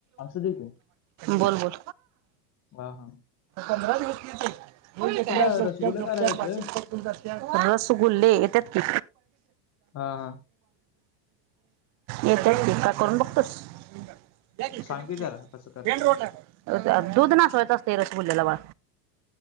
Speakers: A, on the left; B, on the right.
A: असू दे की
B: बोल बोल.
A: हा हा.
B: पंधरा दिवस घेते
A: तुला
B: झपट्यात
A: रसगुल्ला
B: झपट्यात
A: कराय येतोय
B: भाजी <unintelligible> रसगुल्ले येत्यात कि.
A: हा हा
B: येत्यात कि काय करून बघतोस? या कि
A: सांग
B: कधी पण
A: की जरा
B: या
A: कसं करतात
B: मेन रोड ला आहे <unintelligible> दुध नासवायचं असतंय रसगुल्याला बाळ